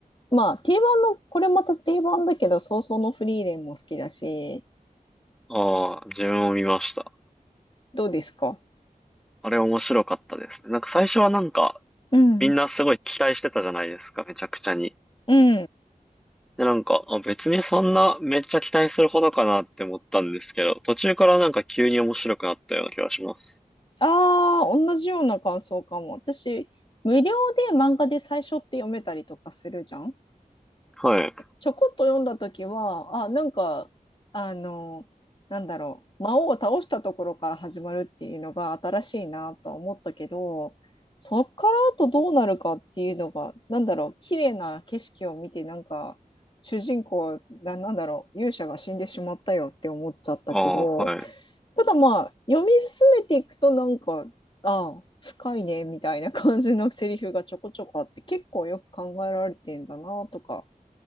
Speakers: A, on the left; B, in the centre.
A: まあ、定番の、これまた定番だけど、早々のフリーレンも好きだし、
B: ああ、自分も見ました。
A: どうですか
B: あれ面白かったですね。なんか最初はなんか、
A: うん。
B: みんなすごい期待してたじゃないですか、めちゃくちゃに。
A: うん。
B: で、なんか、あ、別にそんなめっちゃ期待するほどかなって思ったんですけど、途中からなんか急に面白くなったような気がします。
A: ああ、同じような感想かも。私、無料で漫画で最初って読めたりとかするじゃん
B: はい。
A: ちょこっと読んだ時は、あ、なんか、あの、なんだろう、魔王を倒したところから始まるっていうのが新しいなとは思ったけど、そっからあとどうなるかっていうのが、なんだろう、綺麗な景色を見て、なんか、主人公が、なんだろう、勇者が死んでしまったよって思っちゃったけど、
B: ああ、はい。
A: ただまあ、読み進めていくと、なんか、ああ、深いね、みたいな感じのセリフがちょこちょこあって、結構よく考えられてんだなとか。